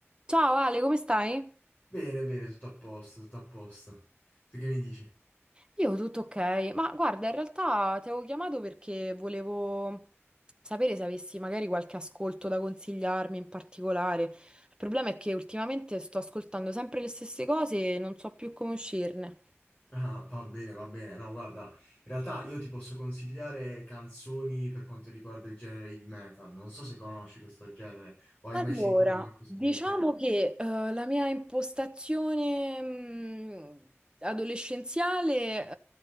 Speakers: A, on the right (about 20°); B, on the left (about 30°).
A: Ciao Ale, come stai?
B: Bene, bene, tutto a posto, tutto a posto. Tu che mi dici?
A: Io tutto ok, ma guarda, in realtà ti avevo chiamato perché volevo sapere se avessi magari qualche ascolto da consigliarmi in particolare. Il problema è che ultimamente sto ascoltando sempre le stesse cose e non so più come uscirne.
B: Ah, va bene, va bene. No, guarda, in realtà io ti posso consigliare canzoni per quanto riguarda il genere heavy metal. Non so se conosci questo genere o hai
A: Allora,
B: mai sentito qualcosa
A: diciamo
B: del genere.
A: che eh, la mia impostazione mh, adolescenziale